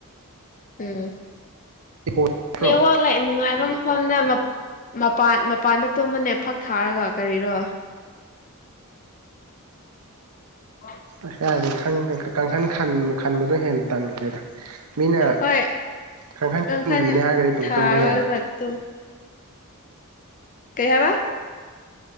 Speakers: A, on the left (about 35°); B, on the right (about 80°).
A: ꯎꯝ
B: ꯏꯀꯣꯠꯇ꯭ꯔꯣ
A: ꯅꯦꯠꯋꯥꯛ ꯂꯩ ꯅꯨꯡꯉꯥꯏꯕ ꯑꯃ ꯁꯣꯝꯗ ꯃꯞ ꯃꯄꯥꯟ ꯃꯄꯥꯟꯗ ꯇꯨꯝꯃꯨꯅꯦ ꯐꯛ ꯊꯥꯔꯒ ꯀꯔꯤꯔꯣ ꯑ
B: ꯑꯁ ꯀꯥꯏꯗꯒꯤ ꯈꯪ ꯀꯥꯡꯈꯟ ꯈꯟꯕꯗꯣ ꯍꯦꯟꯅ ꯇꯟꯈ꯭ꯔꯦꯗ ꯃꯤꯅ
A: ꯍꯣꯏ
B: ꯈꯪꯍꯟꯕꯤꯅꯤ
A: ꯀꯥꯡꯈꯟ
B: ꯍꯥꯏꯔꯒꯗꯤ ꯑꯗꯨꯨꯝ
A: ꯊꯥꯔꯣ
B: ꯇꯨꯝꯕ ꯌꯥꯏ
A: ꯑꯗꯨꯒ ꯇꯨꯝ ꯀꯩ ꯍꯥꯏꯕ